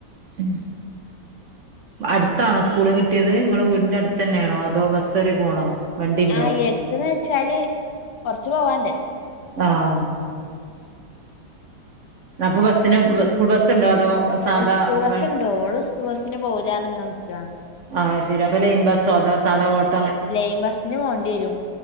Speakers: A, on the right; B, on the left.
A: ഉം അടുത്താണോ സ്കൂള് കിട്ടിയത് നിങ്ങളെ വീടിന്റെ അടുത്തന്നെയാണോ അതോ ബസ്സ് കേറി പോണോ വണ്ടിണ്ടോ
B: ആ യെടുത്തുന്നുവെച്ചാല് കൊറച്ച് പോവാനൊണ്ട്
A: ആ അപ്പോ ബസ്സിന് സ്കൂൾ ബസ്സൊണ്ടോ അതോ സാധാ
B: സ്കൂൾ ബസ്സൊണ്ട്
A: വ
B: ഓള് സ്കൂൾ ബസ്സിന് പോവൂലാ എന്നിങ്ങനെ നിക്കാ
A: ആയ്ശെരി അപ്പൊ ലൈൻബസ്സോ അതോ സാധാ ഓട്ട്
B: ലൈൻബസ്സിന് പോണ്ടിവരും